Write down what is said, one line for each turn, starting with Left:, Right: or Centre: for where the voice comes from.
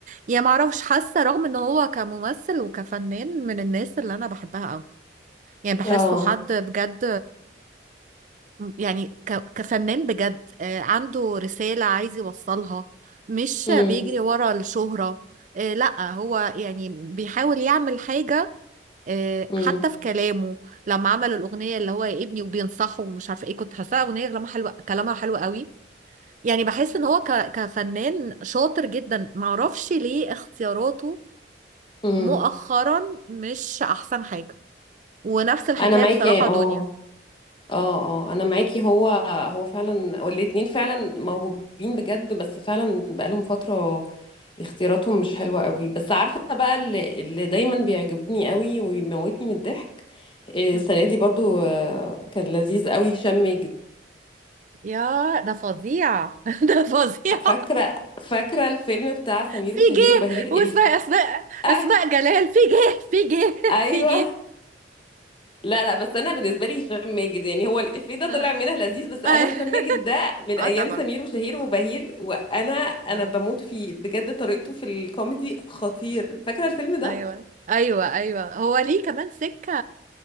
Right: يعني ما اعرفش حاسة رغم ان هو كممثل وكفنان من الناس اللي انا بحبها قوي يعني بحسه
Left: اه
Right: حد بجد يعني ك- كفنان بجد آه، عنده رسالة عايز يوصلها مش
Left: مم.
Right: بيجري ورا الشهرة آه، لا هو يعني بيحاول يعمل حاجة آه،
Left: مم.
Right: حتى في كلامه لما عمل الأغنية اللي هو يا ابني وبينصحه ومش عارفة ايه كنت حاساها أغنية كلامها حلو كلامها حلو قوي يعني بحس ان هو ك... كفنان شاطر جدا معرفش ليه اختياراته
Left: مم.
Right: مؤخرا مش أحسن حاجة ونفس الحكاية
Left: انا معاكي
Right: بصراحة
Left: اه
Right: دنيا
Left: اه اه انا معاكي هو هو فعلا والاتنين فعلا موهوبين بجد بس فعلا بقالهم فترة اختياراتهم مش حلوة قوي بس عارفة بقى اللي, اللي دايما بيعجبني قوي ويموتني من الضحك آه،
Right: مم.
Left: السنة دي برضو آه، كان لذيذ قوي هشام ماجد
Right: يا ده فظيع <laughs> ده فظيع
Left: فاكرة فاكرة الفيلم بتاع سمير
Right: في
Left: وشهير
Right: جه
Left: وبهير الف...
Right: واسمها أسماء
Left: <laughs> آه،
Right: أسماء جلال في جه في جه
Left: ايوه
Right: في جه
Left: لا لا بس انا بالنسبة لي هشام ماجد يعني هو الإفيه ده
Right: اه
Left: طلع منها لذيذ بس
Right: آه،
Left: انا هشام ماجد ده من
Right: آه،
Left: ايام
Right: طبعا
Left: سمير وشهير وبهير وانا انا
Right: اه
Left: بموت فيه بجد طريقته في الكوميدي خطير فاكرة الفيلم ده
Right: ايوه ايوه ايوه هو ليه كمان سكه